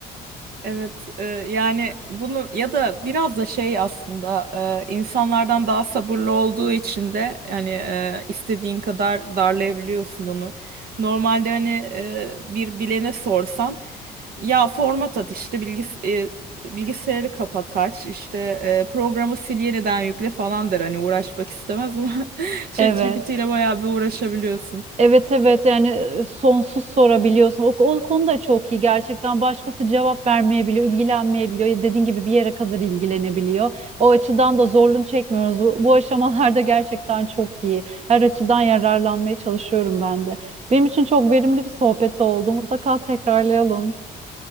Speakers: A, on the right; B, on the right.
A: Evet, e, yani bunu ya da biraz da şey aslında e, insanlardan daha sabırlı olduğu için de yani e, istediğin kadar darlayabiliyorsun onu. Normalde hani e, bir bilene sorsan ya format at işte bilgis e, bilgisayarı kapat aç işte e, programı sil yeniden yükle falan der hani uğraşmak istemez ama <laughs> ChatGPT
B: evet.
A: ile bayağı bir uğraşabiliyorsun.
B: Evet evet yani e, sonsuz sorabiliyorsun. O, o konu da çok iyi gerçekten. Başkası cevap vermeyebiliyor, ilgilenmeyebiliyor. Ya Dediğin gibi bir yere kadar ilgilenebiliyor. O açıdan da zorluğunu çekmiyoruz. Bu, bu aşamalarda gerçekten çok iyi. Her açıdan yararlanmaya çalışıyorum ben de. Benim için çok verimli bir sohbet oldu. Mutlaka tekrarlayalım.